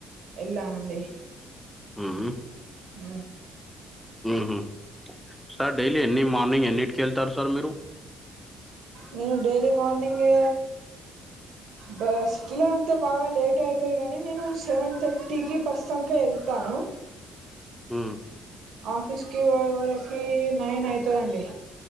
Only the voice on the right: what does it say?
ఎళ్ళానండి
ఊ
నేను డైలీ మార్నింగూ బస్ కిలో అంతే బాగా లేటె అయితది గానీ నేను సెవెన్ థర్టీకి బస్సంకే ఎళ్తాను
ఆఫీస్ కి పోయేవరకి నైన్ అయితదండి